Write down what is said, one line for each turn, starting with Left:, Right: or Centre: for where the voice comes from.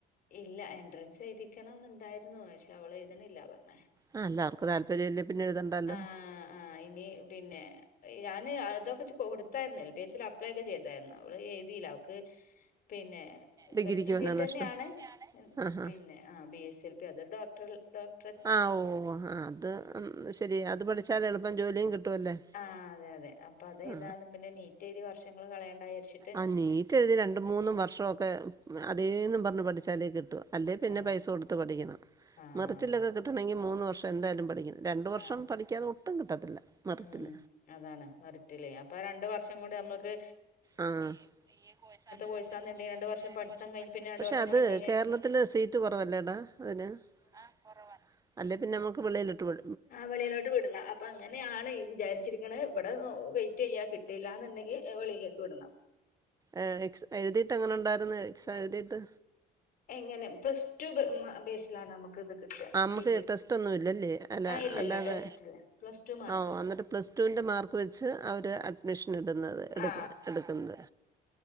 Left: ഇല്ല എൻട്രൻസ് എഴുതിക്കണം ഉണ്ടായിരുന്നു പക്ഷെ അവൾ എഴുതണില്ലാ പറഞ്ഞേ
Right: ആഹ് അല്ല അവർക്ക് താല്പര്യം ഇല്ലേ പിന്നെ എഴുതണ്ടല്ലോ
Left: ആഹ് ആഹ് ഇനി പിന്നെ ഞാൻ അതൊക്കെ കൊടുത്തായിരുന്നു എൽബിഎസ്ൽ അപ്ലൈ ഒക്കെ ചെയ്തായിരുന്നു അവൾ എഴുതിയില്ല അവൾക്ക് പിന്നെ
Right: ഡിഗ്രിക്ക്
Left: മെഡിക്കൽ
Right: പോകാനാണോ
Left: ഫീൽഡ് തന്നെയാണ്
Right: ഇഷ്ടം ആ ഹാ
Left: പിന്നെ ആഹ് ബിഎസ്എൽ തേ അത് അതൊരു ഡോക്ടർ ഡോക്‌ട
Right: ആഹ് ഓ ഓ ആഹ് അത് ശരി അത് പഠിച്ചാൽ എളുപ്പം ജോലിയും കിട്ടുമല്ലേ
Left: ആഹ് അതെ അതെ അപ്പ അത് എഴുതാനും
Right: ആ
Left: പിന്നെ നീറ്റ് എഴുതി വർഷങ്ങൾ കളയേണ്ട വിചാരിച്ച്
Right: ആഹ് നീറ്റ് എഴുതി രണ്ട് മൂന്നും വർഷമൊക്കെ അതേന്നും പറഞ്ഞു പഠിച്ചാലേ കിട്ടൂ. അല്ലെ പിന്നെ
Left: ആഹ്
Right: പൈസ കൊടുത്ത് പഠിക്കണം
Left: ആഹ്
Right: മെറിറ്റിലൊക്കെ
Left: അതാ
Right: കിട്ടണമെങ്കിൽ മൂന്ന് വർഷം എന്തായാലും പഠിക്കണം രണ്ടു വർഷം
Left: ആഹ്
Right: പഠിക്കാതെ ഒട്ടും കിട്ടത്തില്ല മെറിറ്റിൽ
Left: ഉം അതാണ് മെറിറ്റില്ലേ അപ്പൊ രണ്ടു വർഷം കൂടി നമ്മൾക്ക്
Right: ആഹ് ഈ കോഴ്‌സാണ്
Left: കോഴ്സാന്നുണ്ടെങ്കിൽ
Right: ഈ കോഴ്‌സാണ് രണ്ട്
Left: പഠിത്തം
Right: വർഷം
Left: കഴിഞ്ഞ്
Right: പഠിത്തം
Left: പിന്നെ രണ്ട് വർഷം
Right: <inaudible> അത്
Left: കൂടി കഴിഞ്ഞ
Right: കേരളത്തിൽ കുറവല്ലേടാ അതിന് ആഹ് കുറവാണ് അല്ലെ പിന്നെ നമുക്ക് വെളിയിലിട്ട് വി
Left: ആഹ് വെളിയിലോട്ട് വിടണം അപ്പൊ അങ്ങനെയാണ് വിചാരിച്ചിരിക്കണ ഇവിടെ വെയിറ്റ് ചെയ്യാ കിട്ടും കിട്ടില്ലാന്നുണ്ടെങ്കിൽ വെളിയിലേക്ക് വിടണം.
Right: ഏഹ് ഏസ് എഴുതിയിട്ട് എങ്ങനെ ഉണ്ടായിരുന്നു എക്സാം എഴുതിയിട്ട്
Left: എങ്ങനെ പ്ലസ്ടു ബേസിലാണ് നമുക്ക് ഇത് കിട്ടുക
Right: ആഹ് നമുക്ക്
Left: സീറ്റ്
Right: ടെസ്റ്റ് ഒന്നുമില്ലല്ലേ അല്ല
Left: ആ ഇല്ലല്ല
Right: അല്ലാതെ
Left: ടെസ്റ്റില്ല പ്ലസ് ടു മാർക്ക്
Right: ഓഹ് എന്നിട്ട് പ്ലസ് പ്ലസ്ടുൻ്റെ മാർക്ക് വെച്ച് അവർ അഡ്മിഷൻ ഇടുന്നത് ഇടുന്നത്
Left: ആ
Right: എടുക്കുന്നത്.